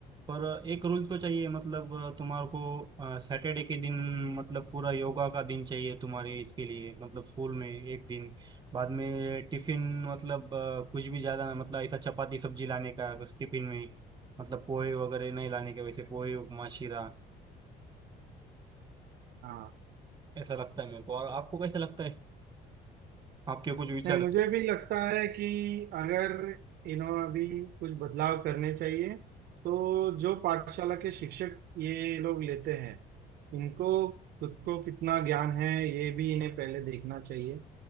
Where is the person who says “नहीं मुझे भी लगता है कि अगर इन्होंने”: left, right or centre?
Right